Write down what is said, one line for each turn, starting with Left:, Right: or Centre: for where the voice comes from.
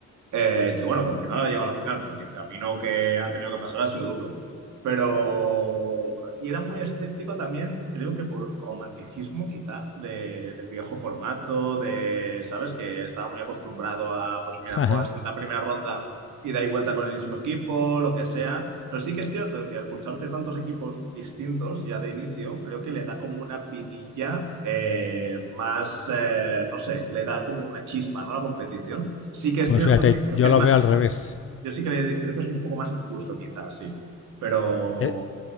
Right: eh, que bueno, que al final ha llegado a la final, pero que el camino que ha tenido que pasar ha sido duro. Pero. Y era muy escéptico también, creo que por romanticismo, quizá, de- del viejo formato, de. ¿Sabes? Que estaba muy acostumbrado a, pues mira,
Left: <laughs> jaja,
Right: juegas en la primera ronda y da y vuelta con el mismo equipo, lo que sea. Pero sí que es cierto que al cursarte tantos equipos distintos ya de inicio, creo que le da como una vidilla eh, más, eh, no sé, le da como una chispa, ¿no? A La competición. Sí que es
Left: pues
Right: cierto
Left: fíjate,
Right: que creo
Left: yo
Right: que es
Left: lo
Right: más
Left: veo
Right: injusto.
Left: al revés.
Right: Yo sí que le- creo que es un poco más injusto, quizás, sí. Pero,
Left: Eh,